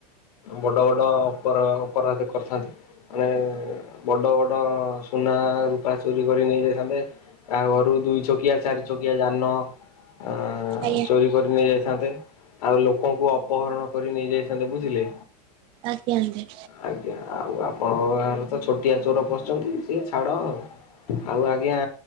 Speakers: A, on the left; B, on the right.
A: ବଡ ବଡ। ଅପର ଅପରାଧ କରିଥାନ୍ତି ମାନେ ବଡ଼ ବଡ଼ ସୁୁନା, ରୂପା ଚୋରି କରି ନେଇଯାଇଥାନ୍ତେ। କାହା ଘରୁ ଦୁଇ ଚକିଆ, ଚାରି ଚକିଆ ଯାନ ଅ
B: ଆଜ୍ଞା।
A: ଚୋରି କରି ନେଇ ଯାଇଥାନ୍ତେ ଆଉ ଲୋକଙ୍କୁ ଅପହରଣ କରି ନେଇ ଯାଇଥାନ୍ତେ ବୁଝିଲେ।
B: ଆଜ୍ଞା ଆଜ୍ଞା।
A: ଆଜ୍ଞା ଆଉ ଆପଣଙ୍କ ଗାଁରେ ତ ଛୋଟିଆ ଚୋର ପଶୁଛନ୍ତି। ସିଏ ଛାଡ଼ ଆଉ ଆଉ ଆଜ୍ଞା